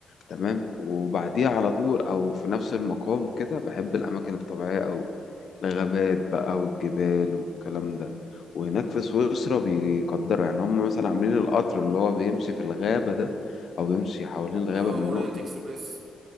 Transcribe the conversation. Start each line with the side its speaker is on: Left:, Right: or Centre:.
Left: تمام وبعديها على طول او في نفس المقام كده بحب الاماكن الطبيعيه قوي الغابات بقى والجبال والكلام ده وهناك في سويسرا بيقدروا يعني هم مثلا عاملين القطر اللي هو بيمشي في الغابه ده او بيمشي حوالين الغابه
Right: اه
Left: من
Right: اورينت
Left: نقطه
Right: اكسبريس